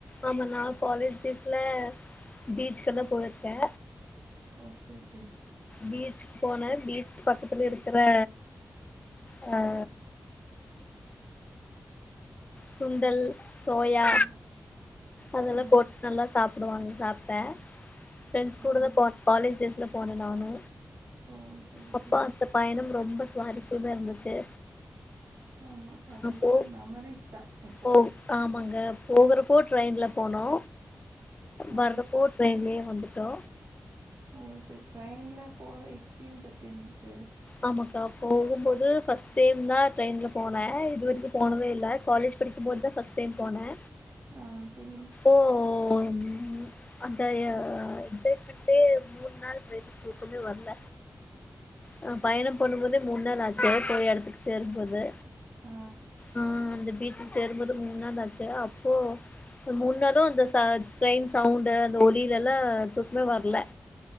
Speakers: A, on the left; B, on the right.
A: ஆமா நா காலேஜ் டேஸ்ல பீச் கெல்லா போயிருக்கே
B: ஓகே ஓகே
A: பீச்சுக்கு போனேன் பீச்சுக்கு பக்கத்துல இருக்கிற ஆ சுண்டல் சோயா
B: ஓ
A: அதெல்லா
B: ஆமா
A: போட்டு நல்லா சாப் சாப்பிடுவாங்க சாப்ட்டே ஃப்ரெண்ட்ஸ்
B: ஆமா.
A: கூட தா காலேஜ் டேஸ்ல போனே நானு
B: ஓ சரி,
A: அப்போ
B: சரி.
A: அந்த பயணம் ரொம்ப சுவாரசியமா இருந்துச்சு
B: ஆமா அதெல்லா
A: அப்போ
B: ஒரு மெமரிஸ் தா இப்போ
A: ஓ ஆமாங்க போகுறப்போ டிரைன்ல போனோ
B: ஆ.
A: வர்ரப்போ ட்ரெயின்லேயே வந்துட்டோ
B: ஓ சேரி ட்ரெயின்ல போற எக்ஸ்பீரியன்ஸ் எப்டி இருந்துச்சு
A: ஆமாக்கா போகும்போது ஃபர்ஸ்ட் டைம் தா ட்ரெயின்ல போனே இதுவரைக்கு போனதே இல்லை காலேஜ் படிக்கு போதுதா ஃபர்ஸ்ட்டு டைம் போனே
B: ஆ சரி
A: ஓம் அந்த எக்சைட்மெண்டே மூணு நாள் ட்ரெயிலே தூக்கமே வரல ஆ பயணம் பண்ணும்போதே முணு நாள் ஆச்சு போய் இடத்துக்கு சேரு போது
B: ஆ
A: ஆ அந்த பீச்சல சேரும்போது மூனு நாலச்ச அப்போ முன்னாளு அந்த ட்ரெயின் சவுண்டு அந்த ஒலியில எல்லா தூக்குமே வரலே